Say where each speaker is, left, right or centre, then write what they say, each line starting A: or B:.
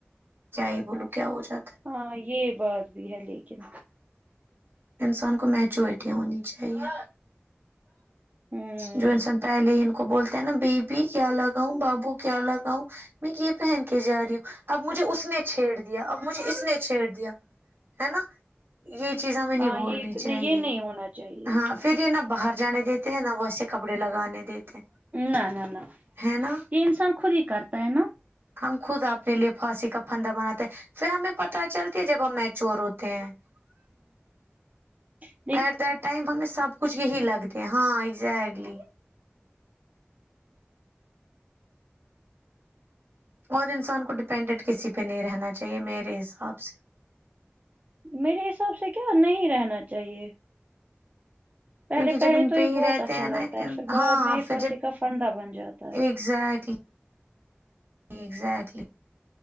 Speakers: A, on the right; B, on the right.
A: کیا ہی بولو کیا ہو جاتا
B: ہاں یہ بات بھی ہے لیکن
A: انسان کو میچورٹی ہونی چاہیے
B: ہوں
A: جو انسان پہلے ہی ان کو بولتا ہیں نا بیبی کیا لگاؤں بابو کیا لگاؤں میں یہ پہن کے جا رہی ہوں اب مجھے اس نے چھیڑ دیا اب مجھے اس نے چھیڑ دیا ہے نا یہ چیز ہمیں نہیں
B: ہاں
A: بولنی
B: یہ
A: چاہیے
B: نہیں یہ نہیں ہونا چاہیے
A: ہاں پھر یہ نہ باہر جانے دیتے ہیں نہ ویسے کپڑے لگانے دیتے ہیں
B: نہ نہ نہ
A: ہے نا
B: یہ انسان خود ہی کرتا ہے نا
A: ہم خود اپنے لیے پھانسی کا پھندا بناتے ہیں پھر ہمیں پتہ چلتی ہے جب ہم میچور ہوتے ہیں
B: ھم
A: ایٹ دیٹ ٹائم ہمیں سب کچھ یہی لگتے ہاں ایزیکٹلی اور انسان کو ڈپینڈنٹ کسی پہ نہیں رہنا چاہیے میرے حساب سے
B: میرے حساب سے کیا نہیں رہنا چاہیے پہلے
A: کیونکہ جب
B: پہلے
A: ان
B: تو
A: پہ
B: یہ
A: ہی
B: بہت
A: رہتے
B: اچھا
A: ہیں
B: لگتا
A: نا
B: ہے پھر بعد
A: ہاں
B: میں یہ
A: پھر
B: پھانسی
A: جب
B: کا فنندہ بن جاتا ہے
A: ایگزیکٹلی اگزیکٹلی